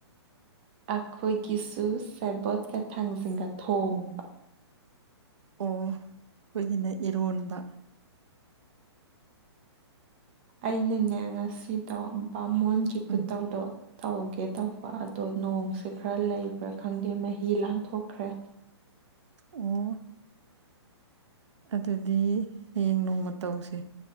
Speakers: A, on the right; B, on the right.
A: ꯑꯩꯈꯣꯏꯒꯤꯁꯨ ꯁꯦꯕꯣꯠꯀ ꯊꯥꯡꯖꯤꯡꯒ ꯊꯣꯡꯕ
B: ꯑꯣ ꯑꯩꯈꯣꯏꯒꯤꯅ ꯏꯔꯣꯟꯕ
A: ꯑꯩꯅꯅꯦ ꯉꯁꯤꯗꯣ ꯕꯥꯃꯣꯟꯒꯤ ꯈꯨꯇꯧꯗꯣ
B: ꯎꯝ
A: ꯇꯧꯒꯦ ꯇꯧꯕ ꯑꯗꯣ ꯅꯣꯡꯁꯦ ꯈꯔ ꯂꯩꯕ꯭ꯔꯥ ꯈꯪꯗꯦ ꯃꯍꯤ ꯂꯥꯡꯊꯣꯛꯈ꯭ꯔꯦ
B: ꯑꯣ ꯑꯗꯨꯗꯤ ꯍꯌꯦꯡ ꯅꯣꯡꯃ ꯃꯇꯧꯁꯦ